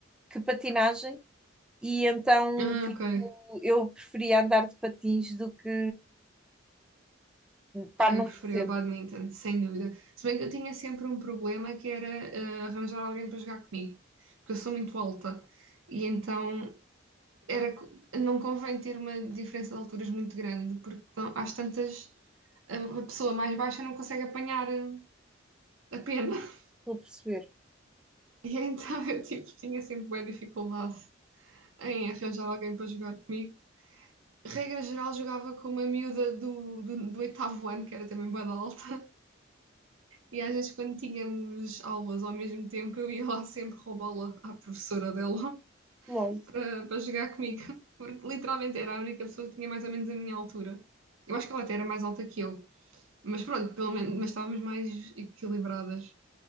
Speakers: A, in the centre; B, on the right.
A: que patinagem, e então
B: Ah,
A: tipo,
B: ok.
A: eu preferia andar de patins do que. Pá,
B: Ah,
A: não
B: eu preferia
A: percebo,
B: o badminton, sem dúvida. Se bem que eu tinha sempre um problema que era ah, arranjar alguém para jogar comigo, porque eu sou muito alta. E então era, co- não convém ter uma diferença de alturas muito grande, porque não, às tantas a a pessoa mais baixa não consegue apanhar a a pena. <laughs>
A: estou a perceber.
B: E então eu tipo, tinha sempre boa dificuldade. em arranjar alguém para jogar comigo. Regra geral, jogava com uma miúda do, do, do oitavo ano, que era também bué da alta. E às vezes, quando tínhamos aulas ao mesmo tempo, eu ia lá sempre roubá-la à professora dela
A: Logo.
B: <laughs> para, para jogar comigo. Porque literalmente era a única pessoa que tinha mais ou menos a minha altura. Eu acho que ela até era mais alta que eu. Mas pronto, pelo menos, mas estávamos mais equilibradas.